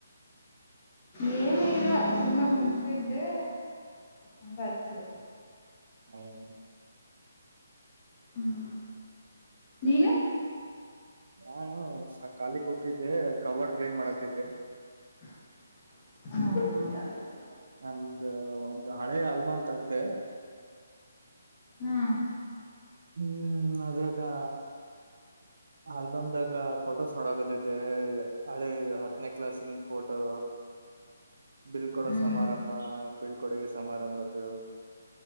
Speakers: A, on the left; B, on the right.
A: ಏನು ಇಲ್ಲ ಸುಮ್ಮನೆ ಕುಂತಿದ್ದೆ ಹಂಗ ಹಚ್ಚಿದ್ದೆ
B: ಹೌದೇನು
A: ಹ್ಮ್ ನೀನು
B: ನಾನು ಖಾಲಿ ಕೂತಿದ್ದೆ ಕಬೊಡ್ ಕ್ಲಿನ್ ಮಾಡತಿದ್ದೆ
A: ಹ್ಮ್ ಹ್ಮ್
B: ನಮ್ದ ಒಂದು ಹಳೆ ಆಲ್ಬಮ್ ತಗ್ದೆ
A: ಹ್ಮ್
B: ಹ್ಮ್ ಅದೇ ಅಕ್ಕಾ ಆಲ್ಬಮದಾಗ ಫೋಟೋಸ್ ನೋಡಕತಿದ್ದೆ ಹಳೆ ಹತ್ತನೇ ಕ್ಲಾಸಿನ್ ಫೋಟೋ ಬೀಳ್ಕಡೋ
A: ಹ್ಮ್
B: ಸಮಾರಂಭ ಬೀಳ್ಕೊಡಿಗೆ ಸಮಾರಂಭದ್ದು